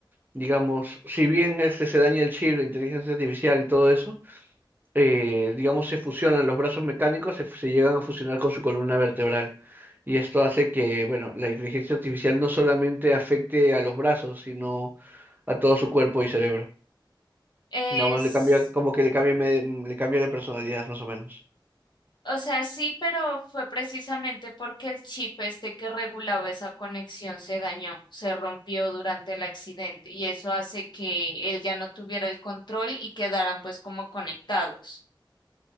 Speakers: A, on the right (about 20°); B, on the left (about 60°).
A: digamos, si bien este se daña el chip de inteligencia artificial y todo eso, eh, digamos, se fusionan los brazos mecánicos, se, se llegan a fusionar con su columna vertebral. Y esto hace que, bueno, la inteligencia artificial no solamente afecte a los brazos, sino a todo su cuerpo y cerebro.
B: Es.
A: Nada más le cambia, como que le cambia, me- le cambia la personalidad, más o menos.
B: O sea, sí, pero fue precisamente porque el chip este que regulaba esa conexión se dañó, se rompió durante el accidente y eso hace que él ya no tuviera el control y quedaran pues como conectados.